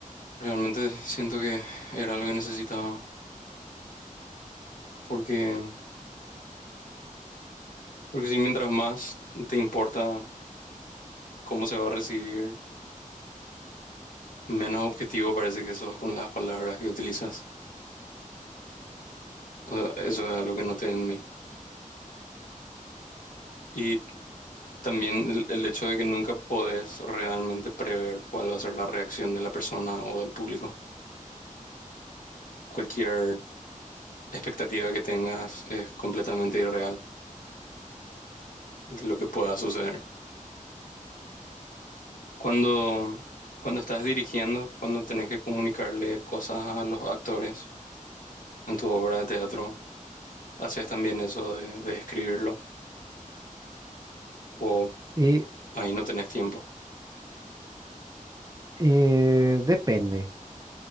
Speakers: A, on the left; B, on the right.
A: Realmente siento que era lo que necesitaba porque Porque si mientras más te importa cómo se va a recibir, menos objetivo parece que sos con las palabras que utilizas. O sea, eso es algo que noté en mí. Y también el, el hecho de que nunca podés realmente prever cuál va a ser la reacción de la persona o del público. Cualquier expectativa que tengas es completamente irreal de lo que pueda suceder. Cuando, cuando estás dirigiendo, cuando tenés que comunicarle cosas a los actores en tu obra de teatro, haces también eso de, de escribirlo o
B: Y
A: ahí no tenés tiempo.
B: eh, depende.